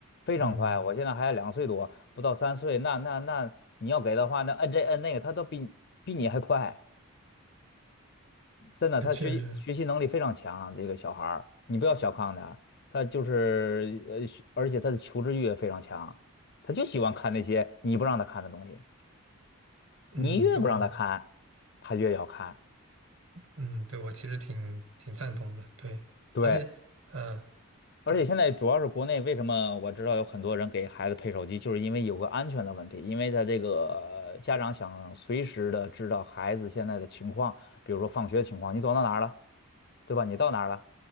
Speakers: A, on the left; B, on the right.
A: 非常快。
B: 嗯，
A: 我现在还两岁多，不到三岁，那那那你要给的话，那摁这摁那个，他都比比你还快，真的，
B: 呃确实，
A: 他学习学习能力非常强，这个小孩儿，你不要小看他，他就是呃，学而且他的求知欲也非常强，他就喜欢看那些你不让他看的东西。
B: 嗯，
A: 你越不让他看，
B: 对我，
A: 他越要看。
B: 嗯，对我其实挺挺赞同的，对，
A: 对，
B: 而且，呃，
A: 而且现在主要是国内，
B: 对，
A: 为什么我知道有很多人给孩子配手机，就是因为有个安全的问题，因为他这个呃家长想随时的知道孩子现在的情况，比如说放学的情况，你走到哪儿了，对吧？你到哪儿了？